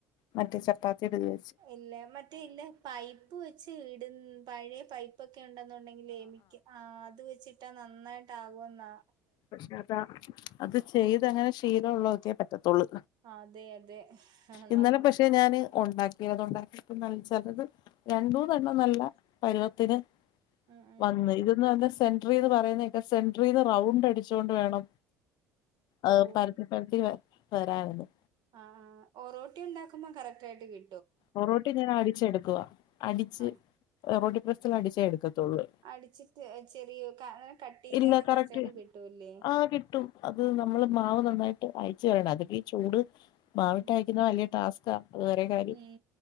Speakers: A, on the left; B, on the right.
A: മറ്റേ ചപ്പാത്തി ഇട്ല്
B: ഇല്ല മറ്റേ ഇല്ല പൈപ്പ് വെച്ച് ഇടും പഴെ പൈപ്പ് പൈപ്പൊക്കെ ഉണ്ടെന്നുണ്ടെങ്കിലേ എനിക്ക് ആഹ് അത് വെച്ചിട്ടാ നന്നായിട്ട് ആകും എന്നാ.
A: പക്ഷെ അതാ അത് ചെയ്തങ്ങനെ ശീലള്ളോർക്കെ പറ്റത്തുള്ളൂ.
B: അതെ അതെ
A: ഇന്നലെ
B: നമുക്ക്
A: പക്ഷെ ഞാന് ഒണ്ടാ ഉണ്ടാക്കിയിട്ട് നല്ലത് ചെലത് രണ്ടൂന്നെണ്ണം നല്ല പരുവത്തിന്
B: ഉം ഉം
A: വന്ന് ഇതന്ന് പറഞ്ഞാ സെന്ററീന്ന് പറയുന്നേക്കാം സെന്ററീന്ന് റൗണ്ട് അടിച്ചുകൊണ്ട് വേണം അ്
B: ഓഹ്
A: പരത്തി പരത്തി വരായിര്ന്ന്
B: ആഹ് ഒറോട്ടി ഉണ്ടാക്കുമ്പോ കറക്റ്റായിട്ട് കി
A: ഒറോട്ടി ഞാൻ അടിച്ചെടുക്കുവാ. അടിച്ച്
B: ആ
A: ഒറോട്ടി പ്രസ്സിൽ അടിച്ചാ എടുക്കത്തുള്ളൂ.
B: അടിച്ചിട്ട് ചെറിയ അ് കട്ടിയില്ലാതെ
A: ഇല്ല കറക്റ്റ്
B: കറക്റ്റാ? യിട്ട് കിട്ടൂല്ലേ
A: ആഹ് കിട്ടും. അത് നമ്മള്
B: ഉം ഉം
A: മാവ് നന്നായിട്ട് അയച്ചു വരണം അതിപ്പൊ ഈ ചൂട് മാവിട്ട്
B: ഉം
A: അയക്കുന്ന വലിയ ടാസ്കാ അത് വേറെ കാര്യം.
B: ഉം